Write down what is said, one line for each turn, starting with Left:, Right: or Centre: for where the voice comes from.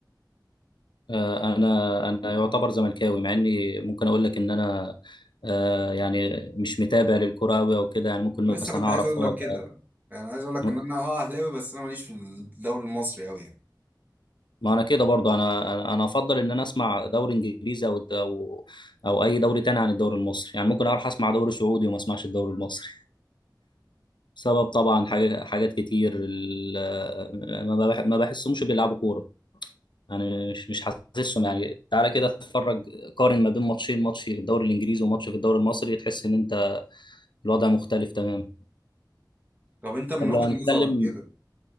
Left: آه، انا انا يعتبر زملكاوي مع اني ممكن اقول لك ان انا آه، يعني مش متابع للكرة أوي او كده يعني ممكن
Right: لسه
Left: مثلا
Right: كنت
Left: اعرف
Right: عايز اقول
Left: اه
Right: لك كده يعني عايز اقول لك
Left: ده-
Right: ان انا اه اهلاوي بس انا ماليش في الدوري المصري قوي يعني
Left: ما انا كده برضو انا انا أنا افضل ان انا اسمع دوري انجليزي او او او اي دوري تاني عن الدوري المصري يعني ممكن اروح اسمع دوري سعودي وما اسمعش الدوري المصري سبب طبعا حاجات حاجات كتير ال- آه، ما بح- ما بحسهمش بيلعبوا كورة يعني مش مش حاسسهم يعني تعالى كده اتفرج قارن ما بين ماتشين ماتش في الدوري الانجليزي وماتش في الدوري المصري تحس ان انت الوضع مختلف تماما
Right: طب انت من
Left: طب
Right: وجهه
Left: لو هنتكلم
Right: نظرك كده